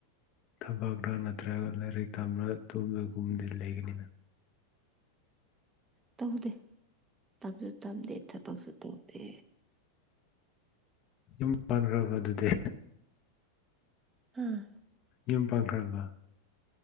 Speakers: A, on the left; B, on the right.
A: ꯊꯕꯛꯔꯥ ꯅꯠꯇ꯭ꯔꯒ ꯂꯥꯏꯔꯤꯛ ꯇꯝꯔ ꯑꯗꯨꯒꯨꯝꯕꯗꯤ ꯂꯩꯒꯅꯤꯅ‌
B: ꯇꯧꯗꯦ ꯇꯝꯁꯨ ꯇꯝꯗꯦ ꯊꯕꯛꯁꯨ ꯇꯧꯗꯦ
A: ꯌꯨꯝ ꯄꯟꯈ꯭ꯔꯕ ꯑꯗꯨꯗꯤ
B: ꯑꯥ
A: ꯌꯨꯝ ꯄꯥꯡꯈ꯭ꯔꯕ